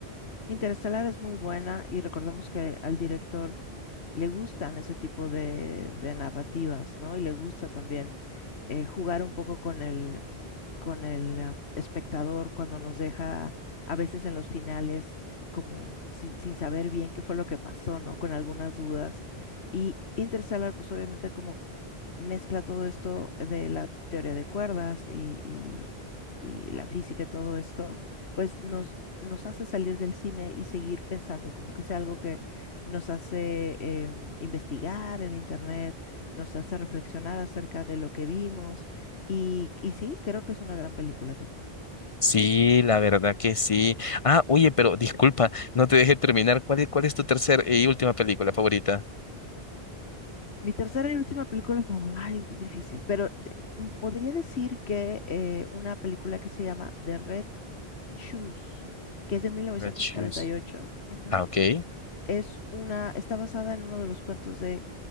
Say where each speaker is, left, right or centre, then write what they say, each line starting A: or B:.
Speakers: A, on the left (about 85°); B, on the left (about 45°).
A: Interestelar es muy buena y recordemos que al director le gustan ese tipo de, de narrativas, ¿no? Y le gusta también eh, jugar un poco con el, con el ah, espectador cuando nos deja a veces en los finales como sin, sin saber bien qué fue lo que pasó, ¿no? Con algunas dudas. Y Interstellar, pues obviamente como mezcla todo esto de la teoría de cuerdas y, y- y la física y todo esto, pues nos, nos hace salir del cine y seguir pensando, como que sea algo que nos hace em, investigar en internet, nos hace reflexionar acerca de lo que vimos y, y sí, creo que es una gran película también.
B: Sí, la verdad que sí. Ah, oye, pero disculpa, no te dejé terminar. ¿Cuál es, cuál es tu tercera y última película favorita?
A: Mi tercera y última película, no, ay, es difícil, pero de- m- podría decir que eh, una película que se llama The Red Shoes, que es de 1948.
B: Red Shoes.
A: Ujú.
B: Ah, ok.
A: Es una, está basada en uno de los cuentos de,